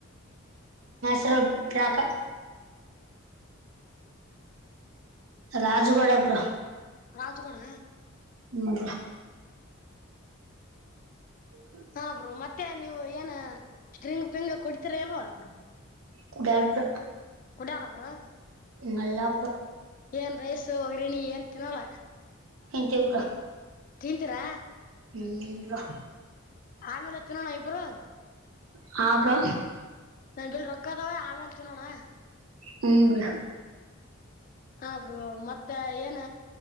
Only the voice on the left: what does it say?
ರಾಜಗೌಡ
ಹಾ ಬ್ರೋ ಮತ್ತೆ ನೀವು ಏನ ಸ್ಟ್ರಿಂಗ್ ಪಿಂಗ ಕುಡಿತೀರ ಇಲ್ವಾ ಬ್ರೋ.
ಕುಡಾಲ ಬ್ರೋ
ಏನ್ ರೈಸ್ ಹೋಗ್ರಣಿ ಏನ್ ತಿನ್ನೋಲ
ತಿಂತೀರಾ
ಆಮೇಲೆ ತಿನ್ನೋಣ ಇಬ್ರು
ನನ್ನ ಹತ್ತೇಲ ರೊಕ್ಕದಾವ ಆಮೇಲೆ. ತಿನ್ನುಣ್ಣ
ಹ ಬ್ರೋ ಮತ್ತೆ ಏನ